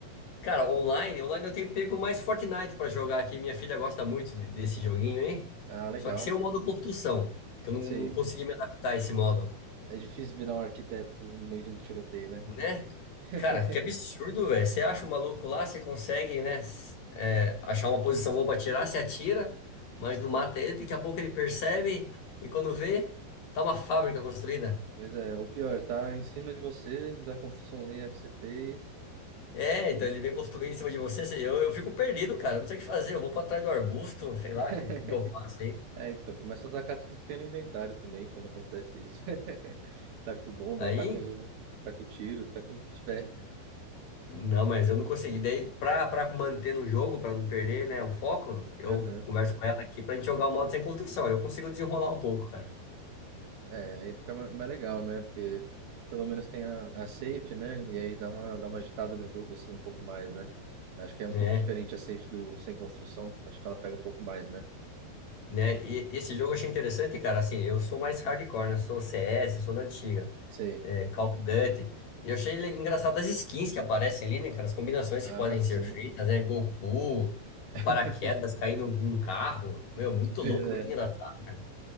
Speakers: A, on the left; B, on the right.
A: Cara, online, online eu tenho pego mais Fortnite pra jogar aqui. Minha filha gosta muito de- desse joguinho, hein?
B: Ah, legal.
A: Só que sem o modo construção, que eu não
B: Sei.
A: não consegui me adaptar a esse modo.
B: É difícil virar um arquiteto no meio de um tiroteio, né?
A: né?
B: <laughs>
A: Cara, que absurdo, velho. Você acha o maluco lá, você consegue, né, s- é, achar uma posição boa pra tirar, você atira, mas não mata ele. Daqui a pouco ele percebe e quando vê, tá uma fábrica construída.
B: Pois é, o pior, tá em cima de você, da construçãozinha que você fez.
A: É,
B: Hum.
A: então ele vem construindo em cima de você. você- Eu, eu fico perdido, cara. Não sei o que fazer. Eu vou pra trás do arbusto, sei
B: <laughs>
A: lá, o que, que que eu faço aí?
B: É, então, começa a atacar tudo que tem no inventário também, quando acontece isso. <laughs> Taca bomba,
A: Aí,
B: taca, taca o tiro, taca o que tiver.
A: não, mas eu não consegui. Daí, pra, pra manter no jogo, pra não perder, né, o foco, eu
B: Aham.
A: converso com ela aqui pra gente jogar o modo sem construção. Eu consigo desenrolar um pouco, cara.
B: É, aí fica ma- mais legal, né? Porque pelo menos tem a, a safe, né? E aí dá uma, dá uma agitada no jogo, assim, um pouco mais, né? Acho que é
A: né?
B: um pouco diferente a safe do sem construção. Acho que ela pega um pouco mais, né?
A: né? E, e esse jogo eu achei interessante, cara. Assim, eu sou mais hardcore, né? Eu sou CS, sou da antiga,
B: Sei.
A: é, Call of Duty. E eu achei le- engraçado as skins que aparecem ali, né, cara? As combinações
B: Ah,
A: que podem
B: sim.
A: ser feitas, né? Goku, com
B: <laughs>
A: paraquedas, caindo num carro. Meu, muito
B: Pois
A: louco,
B: é.
A: muito engraçado, cara.